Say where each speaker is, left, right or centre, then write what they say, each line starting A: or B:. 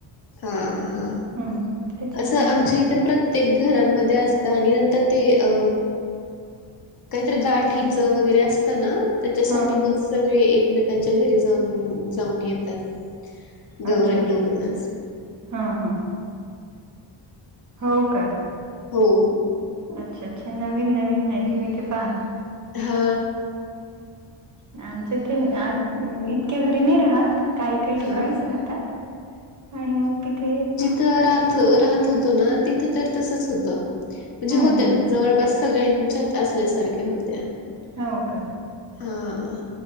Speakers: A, on the left (about 50°); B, on the right (about 40°).
A: हा हा
B: हम्म त्याच्यामुळे
A: असं आमच्या
B: मग
A: इथे प्र ते घरांमध्ये असत आणि नंतर ते अ. काहीतर गाठीच वगैरे असतं ना त्याच्यासाठी
B: हा
A: मग सगळे एकमेकांच्या घरी जाऊन जाऊन येतात. गौऱ्या
B: अच्छा अच्छा
A: बघून अस
B: हां हां. हो का?
A: हो.
B: अच्छा अच्छा नवीन नवीन माहिती मिळते पहा.
A: हा.
B: आमच्या इथ इतक्या घरी नाही राहात. काही काही
A: हा
B: ठिकाणीच राहतात आणि मग तिथे
A: तर राहतो राहत होतो ना तिथ तर तसच होत म्हणजे
B: हम्म
A: होत
B: हम्म
A: जवळपास सगळ्यांच्यात असल्यासारख्या होत्या.
B: होव का?
A: हा